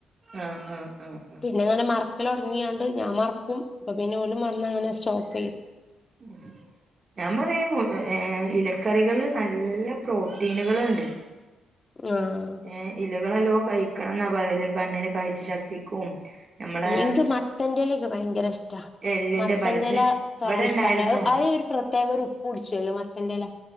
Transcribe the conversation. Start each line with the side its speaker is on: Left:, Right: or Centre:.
Right: ആഹ് ആഹ് ആഹ് ആഹ്
Left: പിന്നെ അങ്ങനെ മറക്കിൽ തുടങ്ങിയാണ്ട് ഞാൻ മറക്കും അപ്പം പിന്നെ ഓള് വന്ന് അങ്ങനെ സ്റ്റോപ്പ് ചെയ്തു
Right: ഉം ഞാൻ പറയുമേ ഇലക്കറികളിൽ നല്ല പ്രോട്ടീനുകളുണ്ട്
Left: ആഹ്
Right: ഏഹ് ഇലകളെല്ലോ കഴിക്കണം എന്നാ പറയല് കണ്ണിന് കഴ്ച ശക്തിക്കും നമ്മളെ
Left: ഉം എനിക്ക് മത്തന്റെ ഇലയൊക്കെ ഭയങ്കര ഇഷ്ടാ
Right: എല്ലിന്റെ
Left: മത്തന്റെല
Right: ബലത്തിന്
Left: താളിച്ചാല്
Right: ഇവിടെ ഇണ്ടായിരുന്നു
Left: അത് ഒരു പ്രത്യേക ഒരു ഉപ്പ് കുടിച്ചുവല്ലോ മത്തന്റെ ഇല